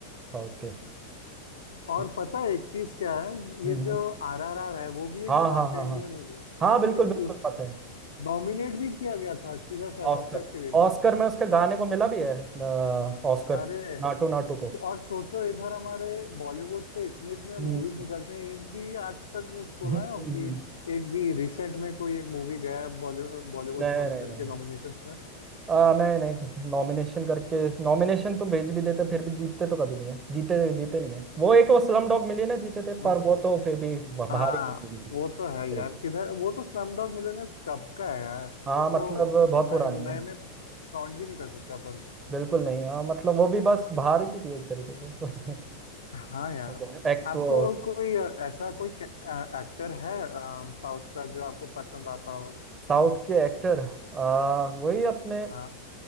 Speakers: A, on the right; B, on the left.
A: साउथ के
B: और
A: हम्म
B: पता है एक चीज क्या है
A: हम्म,
B: ये
A: हम्म।
B: जो आर आर आर है वो भी एक
A: हाँ
B: साउथ
A: हाँ हाँ
B: इंडियन
A: हाँ
B: मूवी है
A: हाँ
B: और
A: बिल्कुल
B: फिर
A: बिल्कुल
B: उसको
A: पता है
B: नॉमिनेट भी किया गया था किधर शायद
A: ऑस्कर
B: ऑस्कर्स के लिए नहीं
A: ऑस्कर में उसके गाने को मिला भी है अ, ऑस्कर
B: अरे
A: नाटू नाटू को
B: और सोचो इधर हमारे बॉलीवुड से इतने इतने
A: हम्म
B: मूवीज निकलते हैं एक भी आज तक सुना
A: हम्म,
B: है हो
A: हम्म,
B: कि एक भी रिसेंट में कोई एक मूवी गया है बॉलीवुड बॉलीवुड
A: नहीं
B: से ऑस्कर
A: नहीं नहीं
B: के
A: नहीं
B: नॉमिनेशंस में
A: आ, नहीं नहीं नॉमिनेशन करके नॉमिनेशन तो भेज भी देते फिर भी जीतते तो कभी नहीं है जीते जीते नहीं है वो एक वो स्लम डॉग मिली ना जीते थे
B: वही
A: पर वो तो फिर भी वह- बाहर
B: हाँ
A: की मूवी थी
B: वो तो है
A: अरे,
B: यार किधर वो तो स्लमडॉग मिलियनेयर कब का है यार
A: हाँ
B: वो तो
A: मतलब बहुत
B: नए
A: पुरानी
B: नए
A: है
B: में काउंट भी नहीं कर सकता अपन
A: बिल्कुल नहीं हाँ मतलब वो भी बस बाहर की थी एक तरीके से
B: हाँ यार
A: <laughs> एक्ट
B: आपको
A: वो
B: कोई अ, ऐसा कोई एक्टर है अ, साउथ का जो आपको पसंद आता हो
A: साउथ के एक्टर आ, वही अपने
B: हाँ